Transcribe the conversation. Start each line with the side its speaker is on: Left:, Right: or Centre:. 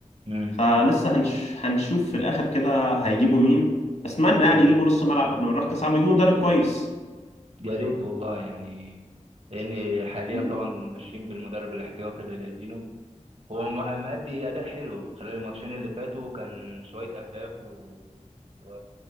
Right: امم
Left: فلسه هنش هنشوف في الاخر كده هيجيبوا مين اتمنى يعني
Right: أمم.
Left: يجيبوا نص ملعب قبل ما نروح كاس عالم يجيبوا مدرب كويس
Right: يا ريت والله يعني لان حاليا
Left: م-
Right: طبعا ماشيين بالمدرب الاحتياطي اللي جايبينه هو م- مأدي اداء حلو خلال الماتشين اللي فاتوا كان شويه اهداف و... و